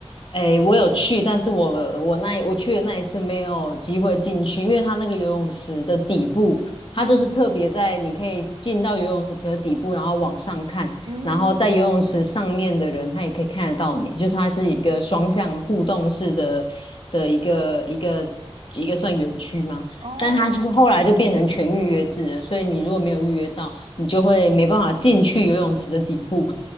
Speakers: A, on the left (about 55°); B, on the right (about 80°).
A: 哎，我有去，但是我我那一我去的那一次没有机会进去，因为它那个游泳池的底部，它就是特别在你可以进到游泳池的底部，
B: 嗯。
A: 然后往上看，
B: 嗯哼。
A: 然后在游泳池上面的人，他也可以看得到你，就是它是一个双向互动式的的一个一个一个算园区吗？
B: 哦，
A: 但它是后来就变成全预约制了，所以你如果没有预约到，你就会没办法进去游泳池的底部。